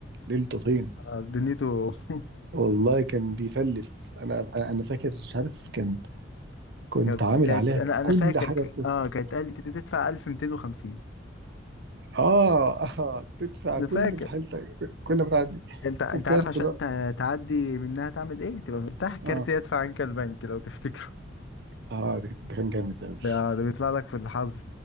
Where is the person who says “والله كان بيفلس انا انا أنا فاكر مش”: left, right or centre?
Right